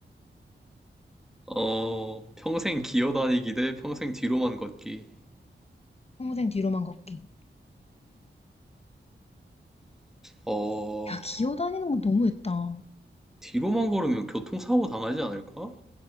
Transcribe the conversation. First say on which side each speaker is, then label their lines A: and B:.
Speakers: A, in the centre; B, on the left.
A: 어, 평생 기어다니기 대 평생 뒤로만 걷기.
B: 평생 뒤로만 걷기.
A: 어,
B: <clears throat> 야 기어다니는 건 너무했다.
A: 뒤로만 걸으면 교통사고 당하지 않을까?